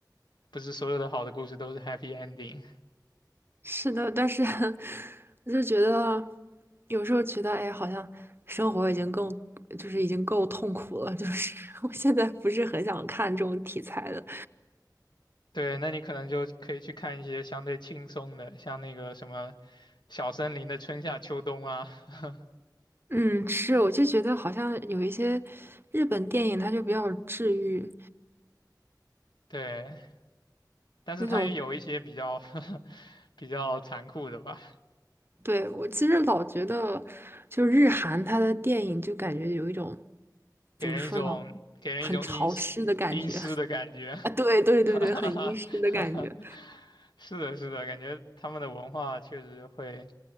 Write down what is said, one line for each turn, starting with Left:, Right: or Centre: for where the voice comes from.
Left: 不是所有的好的故事都是 happy ending。
Right: 是的，但是 <laughs> 我就觉得有时候觉得，哎，好像生活已经更就是已经够痛苦了，就是 <laughs> 我现在不是很想看这种题材的。
Left: 对，那你可能就可以去看一些相对轻松的，像那个什么《小森林的春夏秋冬》啊，<laughs>
Right: 嗯，是，我就觉得好像有一些日本电影，它就比较治愈
Left: 对，但是它也有一些比较
Right: 那种。
Left: <laughs> 比较残酷的吧，
Right: 对，我其实老觉得，就是日韩它的电影就感觉有一种
Left: 给人一种给人一种阴湿阴湿的感觉。
Right: 怎么说呢，很潮湿的感觉 <laughs> 啊，对对对对，
Left: <laughs> 哈哈哈哈哈！
Right: 很阴湿的感觉。
Left: 是的，是的，感觉他们的文化确实会